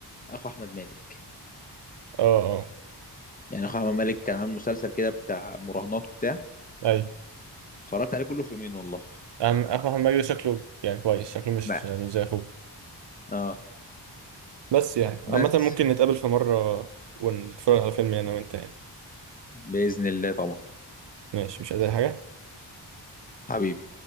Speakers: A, on the left; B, on the right.
A: اخو احمد مالك
B: اه اه
A: يعني اخو احمد مالك كان عامل مسلسل كده بتاع مراهنات وبتاع
B: اي
A: اتفرجت عليه كله في يومين والله
B: أم- احمد مالك ده شكله يعني كويس شكله مش
A: بقى.
B: يعني مش زي اخوه
A: اه
B: بس يعني عامه
A: بس
B: ممكن نتقابل في مره ونتفرج على فيلم انا وانت يعني
A: باذن الله طبعا
B: ماشي مش عايز أي حاجه
A: حبيبي